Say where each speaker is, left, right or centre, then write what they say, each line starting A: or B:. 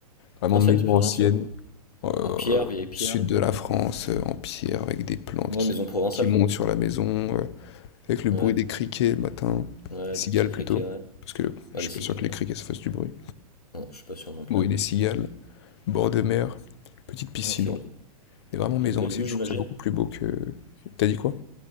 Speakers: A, on the left (about 45°); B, on the left (about 75°).
A: Vraiment
B: Ancienne,
A: maison
B: t'es plus dans
A: ancienne,
B: l'ancien.
A: euh,
B: En pierre, vieille pierre,
A: sud de
B: un
A: la
B: peu.
A: France, euh, en pierre, avec des plantes
B: Ouais,
A: qui,
B: maison provençale,
A: qui montent
B: quoi.
A: sur la maison, euh, avec le
B: Ouais,
A: bruit des criquets le matin,
B: ouais,
A: des cigales
B: des petits criquets,
A: plutôt,
B: ouais.
A: parce que je
B: Ouais,
A: suis
B: des cigales,
A: pas sûr que les
B: ouais.
A: criquets se fassent du bruit.
B: Non, je suis pas sûr non plus.
A: Bruit des cigales, bord de mer, petite piscine,
B: Ok.
A: ouais. Mais vraiment maison
B: Une belle
A: ancienne,
B: vue, j'imagine.
A: je trouve ça beaucoup plus beau que... T'as dit quoi?